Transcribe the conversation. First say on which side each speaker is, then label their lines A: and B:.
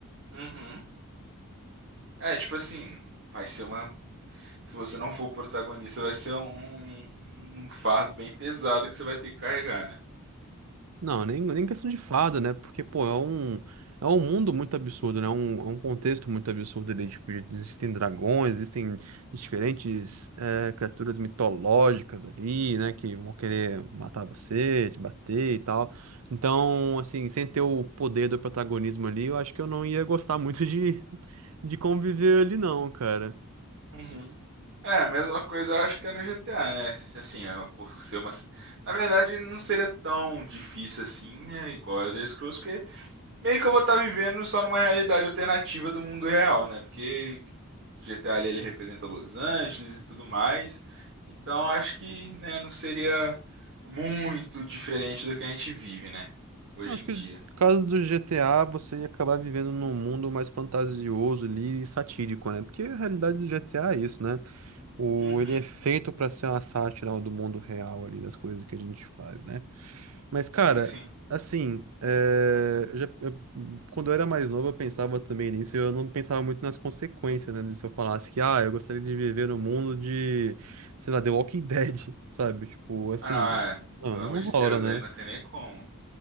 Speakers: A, on the right; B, on the right.
A: Uhum. É, tipo assim, vai ser uma. Se você não for o protagonista, vai ser um, um fardo bem pesado que você vai ter que carregar, né?
B: Não, nem, nem questão de fada, né? Porque, pô, é um, é um mundo muito absurdo, né? É um, é um contexto muito absurdo ali. Tipo, existem dragões, existem diferentes eh, criaturas mitológicas ali, né? Que vão querer matar você, te bater e tal. Então, assim, sem ter o poder do protagonismo ali, eu acho que eu não ia gostar <laughs> muito de, de conviver ali, não, cara.
A: Uhum. É, a mesma coisa eu acho que é no GTA, né? Assim, é, por ser uma. ci- Na verdade, não seria tão difícil assim, né? Igual a Elder Scrolls, porque meio que eu vou estar vivendo só numa realidade alternativa do mundo real, né? Porque GTA ali, ele representa Los Angeles e tudo mais. Então acho que, né, não seria muito diferente do que a gente vive, né? Hoje
B: Acho
A: em
B: que
A: dia.
B: no caso do GTA, você ia acabar vivendo num mundo mais fantasioso ali e satírico, né? Porque a realidade do GTA é isso, né? O,
A: Uhum.
B: ele é feito pra ser uma sátira do mundo real ali, das coisas que a gente faz, né? Mas,
A: Sim,
B: cara,
A: sim.
B: assim, é, eu já- eu- quando eu era mais novo, eu pensava também nisso, e eu não pensava muito nas consequências, né? de Se eu falasse que, ah, eu gostaria de viver no mundo de, sei lá, The Walking Dead, <laughs> sabe? Tipo, assim,
A: Ah, não, é.
B: não,
A: Pelo
B: não
A: amor de
B: rola,
A: Deus,
B: né?
A: aí não tem nem como.